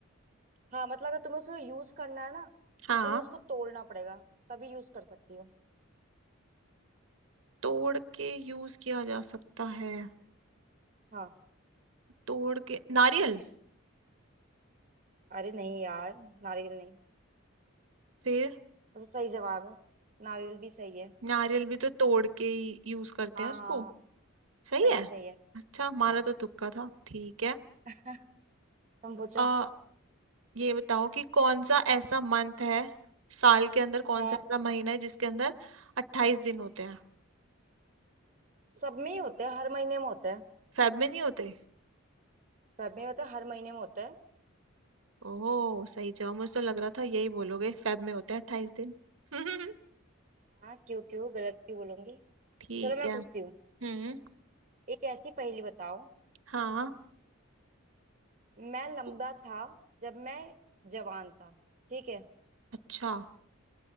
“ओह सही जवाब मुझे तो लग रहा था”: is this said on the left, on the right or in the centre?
Right